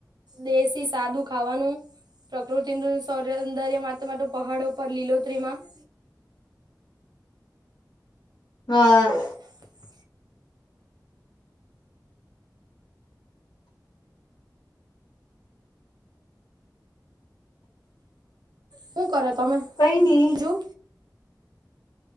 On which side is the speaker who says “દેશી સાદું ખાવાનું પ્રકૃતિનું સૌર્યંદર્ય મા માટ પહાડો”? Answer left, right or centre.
Right